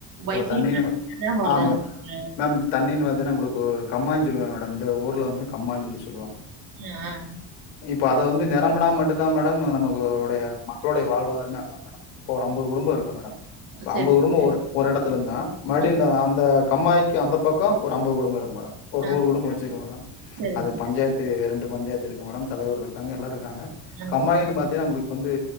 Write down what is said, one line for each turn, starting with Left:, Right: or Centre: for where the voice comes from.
Left: இப்போ
Right: வைகை
Left: தண்ணி
Right: தண்ணிதா வருமில்ல
Left: ஆமா மேம் தண்ணின்னு பாத்தீங்கன்னா உங்களுக்கு ஒரு கம்மா சொல்லுவாங் மேடம் இந்த ஊர்ல வந்து கம்மா சொல்லி சொல்
Right: ஆஹ்
Left: இப்ப அத வந்து நிரம்புனா மட்டும் தா மேடம் நமக்கு உடைய மக்களுடைய வாழ்வாதாரமே இதா மேடம் இப்ப ஒரு அம்பது குடும்பம் இருக்கு மேடம்
Right: ஆ,
Left: ப்ப
Right: சரி
Left: அம்பது குடும்பம் ஒரு ஒரு எடத்துலந்தா மடிந்த
Right: ம்.
Left: அந்தெ கம்மாயிக்கு அந்தபக்கம் ஒரு அம்பது குடும்பம் இருக்கு மேடம் ஒரு
Right: ஆ,
Left: நூறு குடும்பொ வச்சுக்க மேடம்
Right: சரிங்க
Left: அதுக் பஞ்சாய்த்து ரெண்டு பஞ்சாயத்து மேடம் தலைவர் இருக்காங்க எல்லாருக் காங்க
Right: ஆ,
Left: கம்மாயின் பாத்திங்கனா உங்ளுக் வந்து